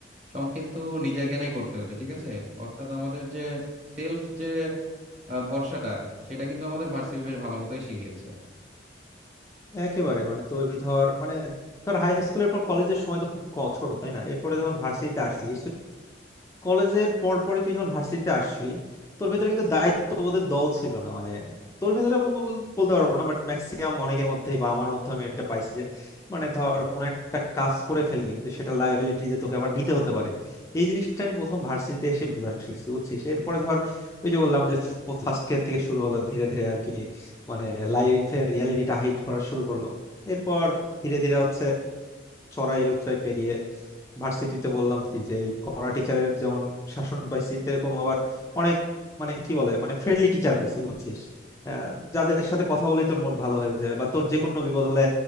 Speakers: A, on the right; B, on the left.
A: সব কিন্তু নিজের জ্ঞানেই করতে হচ্ছে ঠিক আছে অর্থাৎ আমাদের যে সেলফ যে আহ, ভরসাটা সেটা কিন্তু আমাদের ভার্সিটি বেশ ভালো মতোই শিখিয়েছে
B: একেবারে মানে তুই ধর মানে ধর হাই স্কুলের পর কলেজের সময় তো খুব ক- ছোট তাই না এরপরে যখন ভার্সিটিতে আসলি কলেজের পরপরই তুই যখন ভার্সিটিতে আসলি তোর ভেতরে কিন্তু দায়িত্ববোধের দল ছিল না মানে তোর ভেতরে বল- বলতে পারবো না বাট ম্যাক্সিমাম অনেকের মধ্যে বা আমার মধ্যে আমি এটা পাইছি যে মানে ধর কোনো একটা কাজ করে ফেললি কিন্তু সেটা লাইবিলিটি যে তোকে আবার নিতে হতে পারে এই জিনিসটা আমি প্রথম ভার্সিটিতে এসে বোঝা শিখছি বুঝছিস এরপরে ধর ওই যে বললাম যে ফার্স্ট ইয়ার থেকে শুরু হলো ধীরে ধীরে আর কি মানে লাইফের রিয়ালিটিটা হিট করা শুরু করলো এরপর ধীরে ধীরে হচ্ছে চড়াই উতরাই পেরিয়ে ভার্সিটিতে বললাম কি যে এই কড়া টিচারের যেমন শাসন পাইছি এরকম আবার অনেক মানে কি বলে মানে ফ্রেন্ডলি টিচার পাইছি বুঝছিস আহ, যাদের সাথে কথা বলেই তোর মন ভালো হয়ে যায় বা তোর যে কোনো বিপদ হলে